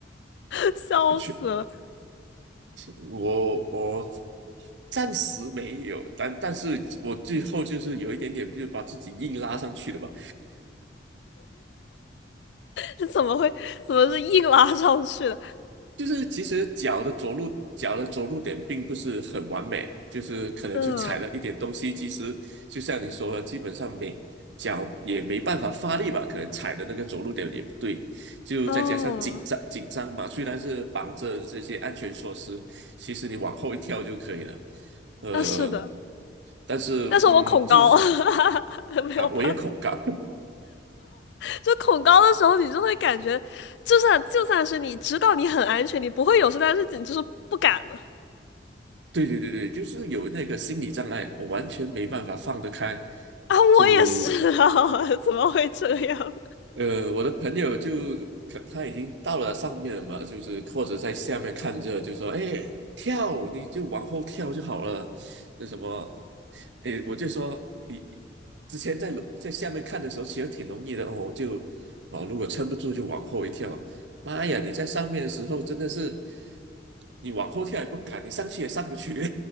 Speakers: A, on the left; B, on the right.
A: <laughs> 笑死了，
B: 去，我我暂时没有，但但是我最后就是有一点点，就是把自己硬拉上去的吧。
A: 这怎么会怎么是硬拉上去的？
B: 就是其实脚的着陆，脚的着陆点并不是很完美，就是可能就踩了一点东西。
A: 嗯，
B: 其实就像你说的，基本上没脚也没办法发力吧，可能踩的那个着陆点也不对，就再加上紧张紧张嘛，
A: 哦，
B: 虽然是绑着这些安全措施，其实你往后一跳就可以了。呃，
A: 那是的，
B: 但是嗯，
A: 但是我恐高，
B: 就是
A: <laughs> 没有办法。
B: 啊，我也恐高。<laughs>
A: 就恐高的时候，你就会感觉，就算就算是你知道你很安全，你不会有事，但是你就是不敢了。
B: 对对对对，就是有那个心理障碍，我完全没办法放得开，
A: 啊，
B: 就
A: 我也是啊，<laughs> 怎么会这样？
B: 呃，我的朋友就可他已经到了上面了嘛，就是或者在下面看着，就说：“哎，跳，你就往后跳就好了。”那什么，哎，我就说你之前在楼在下面看的时候，其实挺容易的哦，就哦，如果撑不住就往后一跳。妈呀，你在上面的时候真的是，你往后跳也不敢，你上去也上不去。